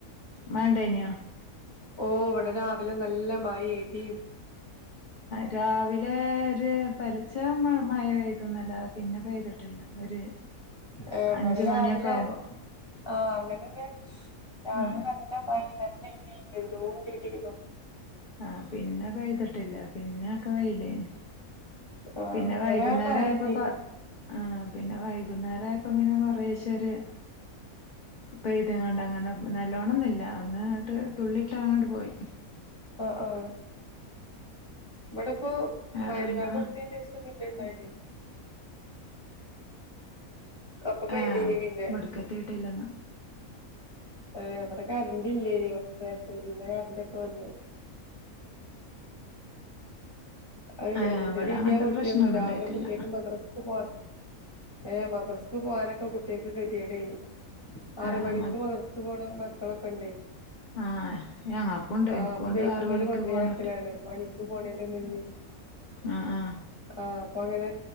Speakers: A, on the left; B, on the left.
A: മഴ ഇണ്ടായിനോ
B: ഓഹ് ഇവിടെ രാവിലെ നല്ല മഴ ഇടീം
A: രാവിലേ ഒര് പുലർച്ച മഴ പെയ്തുന്നല്ലാതെ പിന്ന പെയ്തിട്ടില്ല ഒരു
B: ഏഹ് ഇവിടെ
A: അഞ്ച്
B: രാവിലെ
A: മണിയൊക്കെ ആവുമ്പോ
B: ആഹ് അങ്ങനെന്നെ രാവിലെ
A: ആഹ്
B: നല്ല ട <unintelligible> എന്തോര് ഇടീന്നൊ
A: ആഹ് പിന്നെ പെയ്തട്ടില്ല പിന്നെ ഒക്കെ വെയില് ആയ്നിം
B: ആഹ്
A: പിന്നെ
B: ഇവിടെ
A: വൈകുന്നേര
B: മഴന്നെന്നു
A: ആയപ്പൊക്കെ ആഹ് പിന്നെ വൈകുന്നേരം ആയപ്പോ ഇങ്ങനെ കൊറേശെ ഒര് പെയ്ത്ങ്ങാണ്ടങ്ങനെ നല്ലോണം ഒന്നുല്ല ഒന്ന് ഇങ്ങട്ട് തുള്ളിയിട്ട് അങ്ങട്ട് പോയി
B: ആഹ് ആഹ് ഇവിടെ ഇപ്പോ
A: വേറെന്താ
B: മഹ് രിബാങ്ക് കൊടുത്തേന് ശേഷം പിന്നിം ഇണ്ടായിനിം അപ്പൊ പെയ്തീനി
A: ഏഹ്
B: പിന്നെ
A: ഇവിടക്കെത്തിയിട്ടില്ലന്ന്
B: ആഹ് ഇവിടെ കറണ്ട് ഇല്ലേനി കുറച്ചു നേരത്തിന് പിന്നെ കറണ്ടൊക്കെ വന്ന് അഹ്
A: ഏഹ്
B: എന്തൊരു
A: ഇവിടെ അങ്ങനത്തെ
B: ഇടിയാ പൊട്ടീന്നോ
A: പ്രശ്നൊന്നും
B: രാവിലെ
A: ഉണ്ടായിട്ടില്ല
B: കുട്ടികക്ക് മദ്രാസക്ക് പോ ഏഹ് മദ്രസ്ക്ക് പോവാനൊക്കെ കുട്ട്യാക്ക് കെതേടയ്നിം ആറ്
A: ഏഹ്
B: മണിക്ക്
A: മ
B: മദ്രസക്ക് പോണ മക്കളൊക്കെ ഉണ്ടേയ്
A: ആഹ് ഞങ്ങൾക്കുണ്ട്
B: ആഹ്
A: എനിക്കുണ്ട്
B: അപ്പൊ ബൈക്ക്മ്മല്
A: ആറ് മണിക്ക്
B: കൊണ്ടേ
A: പോണട്ടി
B: ആക്കലാണ് പണിക്ക് പോണേന്റെ മുന്നേയ്
A: ആഹ് ആഹ്
B: ആഹ് അപ്പൊ അങ്ങനെ